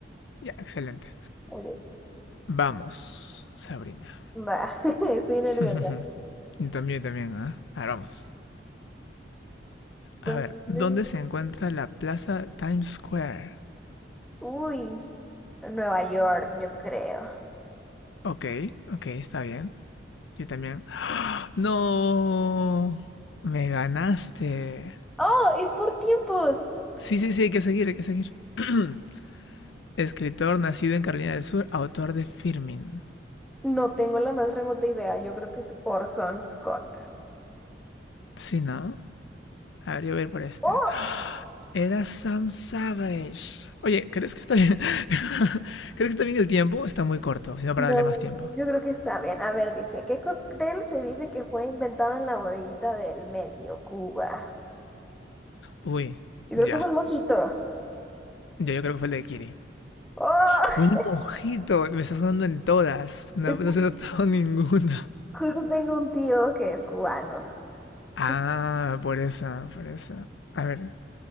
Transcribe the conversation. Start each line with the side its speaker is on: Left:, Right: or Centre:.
Left: Ya, excelente.
Centre: ok,
Left: Vamos, Sabrina.
Centre: va, <laughs> estoy nerviosa.
Left: <laughs> Yo también, yo también, ¿ah? ¿eh? Ahora vamos. A
Centre: ¿Dónde?
Left: ver, ¿dónde se encuentra la plaza Times Square?
Centre: Uy, Nueva York, yo creo.
Left: Ok, ok, está bien. Yo también. ¡No! Me ganaste.
Centre: ¡Oh, es por tiempos!
Left: Sí, sí, sí, hay que seguir, hay que seguir. <clears throat> <coughs> Escritor nacido en Carolina del Sur, autor de Firmin.
Centre: No tengo la más remota idea, yo creo que es Orson Scott.
Left: Sí, ¿no? A ver, yo voy a ir por este.
Centre: Oh,
Left: Era Sam Savage. Oye, ¿crees que está bien? <laughs> ¿Crees que está bien el tiempo? Está muy corto, sino para
Centre: no,
Left: darle más tiempo.
Centre: yo creo que está bien. A ver, dice, ¿qué cóctel se dice que fue inventado en la bodeguita del medio, Cuba?
Left: Uy,
Centre: Yo creo
Left: ya.
Centre: que fue el mojito.
Left: Ya, yo creo que fue el de Kiri.
Centre: ¡Oh! <laughs>
Left: Fue el mojito. Me está sonando en todas. No,
Centre: Es
Left: no
Centre: que
Left: se ha notado <laughs> ninguna.
Centre: justo tengo un tío que es cubano.
Left: Ah,
Centre: ¿Qué
Left: por eso, por eso. A ver,